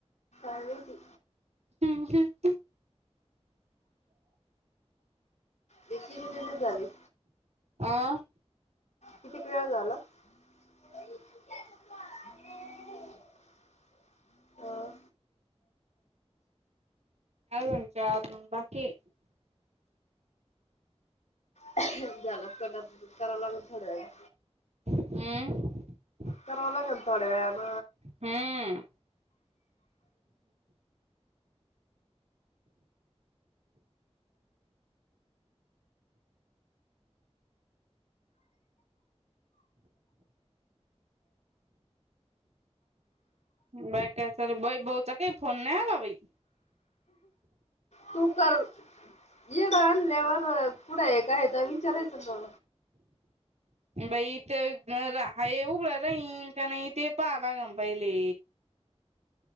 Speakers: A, on the left; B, on the right.
A: काय माहिती
B: हम्म ह
A: <unintelligible> झाले
B: आ
A: कितीक वेळ झाला? <inaudible> <inaudible> अं,
B: आजुन चार बाकीये.
A: <unintelligible> कराव लागल थोड्या वेळानी
B: आम
A: कराव लागेल थोड्या वेळान
B: हम् बाई काय चालू ये भाऊ चा काही फोन नाही आला बाई
A: तू कर येड आणल्यावर कुठं आहे काय तर विचारायचं त्यो
B: बाईथ उघड आहे का नाही ते पाहाला लागलं पहिले